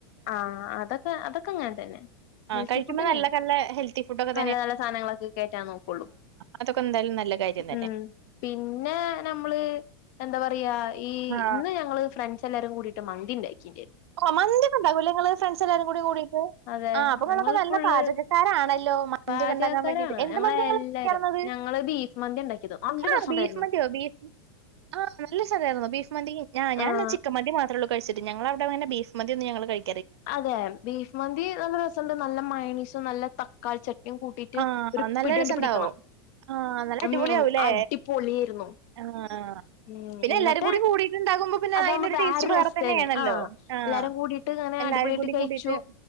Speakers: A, on the left; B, on the right.
A: ആഹ് അതൊക്കെ അതൊക്കെ അങ്ങനെ തന്നെ
B: ആഹ്
A: ഹെൽത്തി
B: കഴിക്കുമ്പോ
A: ഫുഡന്നെയാണ്
B: നല്ല നല്ല ഹെൽത്തി ഫുഡൊക്കെ
A: നല്ല നല്ല സാധനങ്ങളൊക്കെ കേറ്റാൻ നോക്കുള്ളൂ
B: അതൊക്കെന്തായാലും നല്ല കാര്യം തന്നെ
A: ഉം പിന്നെ നമ്മള് എന്താ പറയാ ഈ
B: ആഹ്
A: ഇന്ന് ഞങ്ങള് ഫ്രണ്ട്സെല്ലാരും കൂടിട്ട് മന്തിണ്ടാകിരുന്നു
B: ഓ മന്തിം ഉണ്ടാകും അല്ലേ നിങ്ങള് ഫ്രണ്ട്സ് എല്ലാരും കൂടി കൂടിയിട്ട്
A: അതെ
B: ആഹ് അപ്പം ഇങ്ങളൊക്കെ
A: ഞങ്ങൾ
B: നല്ല
A: ഫുള്ള്
B: പാചകക്കാരാണല്ലോ മന്തി
A: പാചകക്കാരാണ്
B: ഒക്കെ ഉണ്ടാക്കാൻ വേണ്ടിട്ട് എന്ത്
A: ഞങ്ങളെ
B: മന്തി ഇങ്ങള്
A: എല്ലാരും
B: ഇണ്ടാക്കിർന്നത്
A: ഞങ്ങള് ബീഫ് മന്തി ഉണ്ടാക്കിയത് നല്ല
B: ആഹ്
A: രസണ്ടായിരുന്നു
B: ബീഫ് മന്തിയോ ബീഫ് ആഹ് നല്ല രസം ഉണ്ടായിരുന്നു ബീഫ് മന്തി ഞാൻ ഞാനല്ല
A: ആഹ്
B: ചിക്കൻ മന്തി മാത്രള്ളൂ കഴിച്ചിട്ട് ഞങ്ങവിടെ അങ്ങനെ ബീഫ് മന്തി ഒന്ന് ഞങ്ങള് കഴി
A: അതെ ബീഫ് മന്തി നല്ല രസണ്ട് നല്ല മയോണീസും നല്ല തക്കാളി ചട്ടി കൂട്ടിയിട്ട്
B: ആഹ്
A: ഒരു
B: നല്ല
A: പിടി
B: രസണ്ടാവും
A: അണ്ട് പിടിക്കണം
B: ആഹ് നല്ല
A: ഉം
B: അടിപൊളിയാവുല്ലേ
A: അടിപൊളി ആയിരുന്നു
B: ആഹ്
A: ഉം
B: പിന്നെ
A: ഇന്നട്ട്
B: എല്ലാരും കൂടി കൂടിയിട്ടുണ്ടാകുമ്പോ പിന്നെ
A: അതാവുമ്പ
B: അയിനൊരു
A: വേറൊരു
B: ടേസ്റ്റ് വേറെ
A: രസെന്
B: തന്നെയാണല്ലോ
A: ആ
B: ആഹ്
A: എല്ലാരും കൂടിട്ട് ങ്ങനെ
B: എല്ലാരും
A: അടിപൊളി ആയിട്ട്
B: കൂടി
A: കഴിച്ചു
B: കൂടിട്ട്